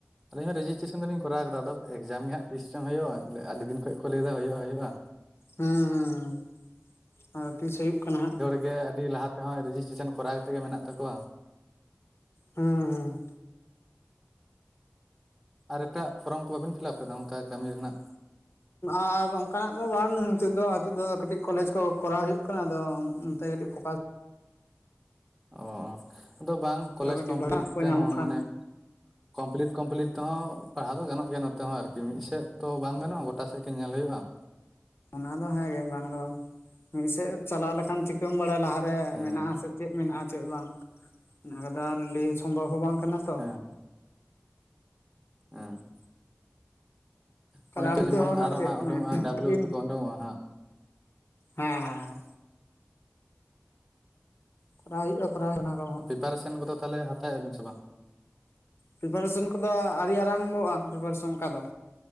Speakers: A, in the centre; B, on the left.
A: ᱟᱹᱞᱤᱧ ᱦᱚᱸ ᱨᱮᱡᱤᱥᱴᱮᱥᱮᱱ ᱫᱚᱞᱤᱧ ᱠᱚᱨᱟᱣ ᱠᱟᱫᱟ ᱟᱫᱚ ᱮᱠᱡᱟᱢ ᱜᱮ ᱦᱟᱸᱜ ᱛᱤᱥᱪᱚᱝ ᱦᱩᱭᱩᱜᱼᱟ ᱟᱹᱰᱤ ᱫᱤᱱ ᱠᱷᱚᱡ ᱠᱚ ᱞᱟᱹᱭ ᱮᱫᱟ ᱦᱩᱭᱩᱜᱼᱟ ᱦᱩᱭᱩᱜᱼᱟ
B: ᱦᱮᱸ ᱦᱮᱸ ᱟᱨ ᱛᱤᱥ ᱦᱩᱭᱩᱜ ᱠᱟᱱᱟ ᱦᱟᱸᱜ
A: ᱜᱮ ᱟᱹᱰᱤ ᱞᱟᱦᱟ ᱛᱮᱦᱚᱸ ᱨᱮᱡᱤᱥᱴᱮᱥᱮᱱ ᱠᱚᱨᱟᱣ ᱠᱟᱛᱮ ᱜᱮ ᱢᱮᱱᱟᱜ ᱛᱟᱠᱚᱣᱟ
B: ᱦᱩᱸ ᱦᱩᱸ
A: ᱟᱨ ᱮᱴᱟᱜ ᱯᱷᱚᱨᱚᱢ ᱠᱚ ᱵᱟᱵᱤᱱ ᱯᱷᱤᱞᱟᱯ ᱠᱟᱫᱟ ᱚᱝᱠᱟ ᱠᱟᱹᱢᱤ ᱨᱮᱱᱟᱜ
B: ᱟᱨ ᱚᱝᱠᱟᱱᱟᱜ ᱫᱚ ᱵᱟᱝ ᱱᱤᱛᱚᱜ ᱫᱚ ᱱᱤᱛᱚᱜ ᱫᱚ ᱠᱟᱹᱴᱤᱡ ᱠᱚᱞᱮᱡ ᱠᱚ ᱠᱚᱨᱟᱣ ᱦᱩᱭᱩᱜ ᱠᱟᱱᱟ ᱟᱫᱚ ᱚᱱᱛᱮ ᱠᱟᱹᱴᱤᱡ ᱯᱷᱚᱠᱟᱥ
A: ᱚ ᱚ ᱟᱫᱚ ᱵᱟᱝ ᱠᱚᱞᱮᱡᱽ
B: ᱦᱩᱭᱩᱜᱼᱟ ᱠᱟᱹᱴᱤᱡ
A: ᱠᱚᱢᱯᱞᱤᱴ
B: ᱵᱷᱟᱜᱟᱜ ᱠᱚ
A: ᱛᱮᱦᱚᱸ
B: ᱧᱟᱢᱚᱜ ᱠᱷᱟᱱ
A: ᱢᱟᱱᱮ ᱠᱚᱢᱯᱤᱞᱤᱴ ᱠᱚᱢᱯᱤᱞᱤᱴ ᱛᱮᱦᱚᱸ ᱯᱟᱲᱦᱟᱣ ᱫᱚ ᱜᱟᱱᱚᱜ ᱜᱮᱭᱟ ᱱᱚᱛᱮ ᱦᱚᱸ ᱟᱨᱠᱤ ᱢᱤᱫ ᱥᱮᱫ ᱛᱚ ᱵᱟᱝ ᱜᱟᱱᱚᱜᱼᱟ ᱴᱟ ᱥᱮᱫ ᱜᱮ ᱧᱮᱞ ᱦᱩᱭᱩᱜᱼᱟᱢ
B: ᱚᱱᱟ ᱫᱚ ᱦᱮᱸᱜᱮ ᱵᱟᱝ ᱫᱚ ᱵᱟᱝ ᱢᱤᱫ ᱥᱮᱫ ᱪᱟᱞᱟᱣ ᱞᱮᱠᱷᱟᱱ ᱪᱤᱠᱟᱹᱢ ᱵᱟᱲᱟᱭᱟ ᱞᱟᱦᱟᱨᱮ
A: ᱦᱮᱸ
B: ᱢᱮᱱᱟᱜ ᱟᱥᱮ ᱪᱮᱫ ᱢᱮᱱᱟᱜᱼᱟ ᱪᱮᱫ ᱵᱟᱝ ᱚᱱᱟ ᱠᱟᱫᱟ ᱟᱨ ᱞᱟᱹᱭ ᱥᱚᱢᱵᱷᱚᱵᱽ ᱦᱚᱸ ᱵᱟᱝ ᱠᱟᱱᱟ ᱛᱚ
A: ᱦᱮᱸ ᱦᱮᱸ
B: ᱛᱟᱦᱞᱮ
A: ᱦᱚᱜᱼᱚᱭ
B: ᱟᱵᱤᱱ
A: ᱛᱚ ᱡᱮᱢᱚᱱ
B: ᱛᱮᱦᱚᱸ <unintelligible>
A: ᱟᱨᱚ ᱦᱟᱸᱜ ᱩᱰᱩᱝᱚᱜᱼᱟ
B: ᱢᱟᱱᱮ
A: ᱰᱟᱵᱞᱩ
B: ᱵᱤᱱ
A: ᱵᱤ ᱠᱚ ᱩᱰᱩᱝᱚᱜᱼᱟ ᱦᱟᱸᱜ
B: ᱦᱮᱸ ᱦᱮᱸ ᱦᱮᱸ ᱠᱚᱨᱟᱣ ᱦᱩᱭᱩᱜᱼᱟ ᱠᱚᱨᱟᱣ ᱠᱚᱦᱚᱸ
A: ᱟᱨ ᱯᱤᱯᱟᱨᱮᱥᱮᱱ ᱠᱚᱫᱚ ᱛᱟᱦᱚᱞᱮ ᱦᱟᱛᱟᱣᱮᱼᱟ ᱵᱤᱱ ᱥᱮ ᱵᱟᱝ
B: ᱯᱨᱤᱯᱟᱨᱮᱥᱚᱱ ᱠᱚᱫᱚ ᱟᱹᱨᱤ ᱟᱨᱟᱢᱵᱚᱼᱟ ᱯᱨᱤᱯᱟᱨᱮᱥᱮ ᱚᱝᱠᱟ ᱫᱚ